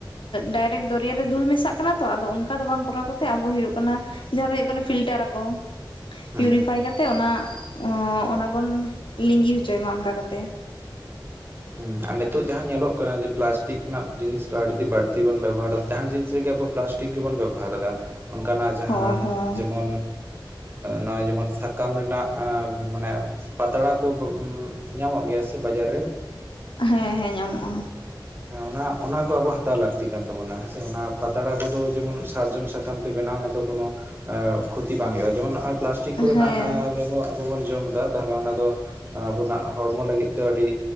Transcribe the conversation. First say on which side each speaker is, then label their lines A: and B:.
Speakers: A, on the left; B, on the right.
A: ᱰᱟᱭᱨᱮᱠᱴ ᱫᱚᱨᱮᱭᱟᱨᱮ ᱨᱮ ᱫᱩᱞ ᱢᱮᱥᱟᱜ ᱠᱟᱱᱟ ᱛᱚ ᱟᱫᱚ ᱚᱱᱠᱟ ᱫᱚ ᱵᱟᱝ ᱠᱚᱨᱟᱣ ᱠᱟᱛᱮᱜ ᱟᱵᱚ ᱦᱩᱭᱩᱜ ᱠᱟᱱᱟᱼᱼ ᱡᱟᱦᱟᱸ ᱫᱚ ᱦᱩᱭᱩᱜ ᱠᱟᱱᱟ ᱯᱷᱤᱞᱴᱟᱨᱟᱠᱚ᱾
B: ᱦᱮᱸ
A: ᱯᱤᱭᱩᱨᱤᱯᱷᱟᱭ ᱠᱟᱛᱮ ᱚᱱᱟ ᱚᱱᱟ ᱵᱚᱱ ᱞᱤᱸᱜᱤ ᱦᱚᱪᱚᱭ ᱢᱟ ᱚᱱᱠᱟ ᱠᱟᱛᱮ᱾
B: ᱦᱩᱸ ᱟᱨ ᱱᱤᱛᱚᱜ ᱡᱟᱦᱟᱸ ᱧᱮᱞᱚᱜ ᱠᱟᱱᱟ ᱡᱮ ᱯᱞᱟᱥᱴᱤᱠ ᱨᱮᱱᱟᱜ ᱡᱤᱱᱤᱥ ᱟᱹᱰᱤ ᱵᱟᱹᱲᱛᱤ ᱵᱚᱱ ᱵᱮᱵᱚᱦᱟᱨᱟ ᱡᱟᱦᱟᱱ ᱡᱤᱱᱤᱥ ᱨᱮᱜᱮ ᱟᱵᱚ ᱯᱞᱟᱥᱴᱤᱠᱼᱼ ᱴᱤᱠ ᱜᱮᱵᱚᱱ ᱵᱮᱵᱚᱦᱟᱨ ᱮᱫᱟ ᱚᱱᱠᱟᱱᱟᱜ ᱡᱟᱦᱟᱸ
A: ᱦᱳᱭ ᱦᱳᱭ
B: ᱡᱮᱢᱚᱱᱼᱼ ᱱᱚᱜᱼᱚᱭ ᱡᱮᱢᱚᱱ ᱥᱟᱠᱟᱢ ᱨᱮᱱᱟᱜ ᱢᱟᱱᱮᱼᱼ ᱯᱟᱛᱲᱟ ᱠᱚ ᱧᱟᱢᱚᱜ ᱜᱮᱭᱟ ᱥᱮ ᱵᱟᱡᱟᱨ ᱨᱮ
A: ᱦᱮᱸ ᱦᱮᱸ ᱧᱟᱢᱚᱜᱼᱟ᱾
B: ᱚ <inaudible> ᱦᱮᱸ ᱚᱱᱟ ᱚᱱᱟ ᱠᱚ ᱟᱵᱚ ᱦᱟᱛᱟᱣ ᱞᱟᱹᱠᱛᱤ ᱠᱟᱱ ᱛᱟᱵᱚᱱᱟ ᱦᱮᱸᱥᱮ ᱚᱱᱟ ᱯᱟᱛᱲᱟ ᱠᱚᱫᱚ ᱡᱮᱢᱚᱱ ᱥᱟᱨᱡᱚᱢ ᱥᱟᱠᱟᱢ᱾ ᱥᱮ ᱵᱮᱱᱟᱣ ᱚᱱᱟ ᱫᱚ ᱠᱳᱱᱚ ᱠᱷᱚᱛᱤ ᱵᱟᱝ ᱦᱩᱭᱩᱜᱼᱟ ᱡᱮᱢᱚᱱ ᱱᱚᱜᱼᱚᱭ ᱯᱞᱟᱥᱴᱤᱠ ᱠᱚᱨᱮᱱᱟᱜ
A: ᱦᱮᱸ
B: ᱨᱮᱵᱚᱼᱼ ᱟᱵᱚ ᱵᱚᱱ ᱡᱚᱢ ᱮᱫᱟ ᱛᱟᱦᱚᱞᱮ ᱚᱱᱟ ᱫᱚ ᱟᱵᱚᱱᱟᱜ ᱦᱚᱲᱢᱚ ᱞᱟᱹᱜᱤᱫ ᱛᱮ ᱟᱹᱰᱤ